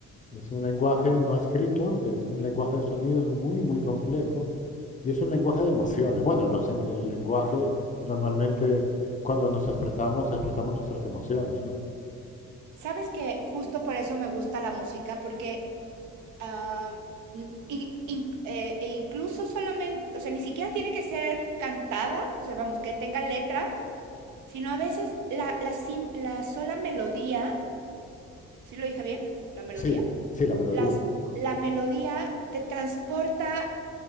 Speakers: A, on the left; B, on the right.
A: Es un lenguaje no escrito, es un lenguaje de sonidos muy, muy complejo y es un lenguaje de emociones. Bueno, los en- el lenguaje normalmente cuando nos expresamos, expresamos nuestras emociones, ¿no?
B: ¿Sabes que justo por eso me gusta la música? Porque, ah, mm, y in eh, e incluso solamente, o sea, ni siquiera tiene que ser cantada, o sea, vamos, que tenga letra, sino a veces la, la, sim- la sola melodía, ¿sí lo dije bien? ¿La melodía?
A: Sí, sí, la melodía,
B: Las, la melodía te transporta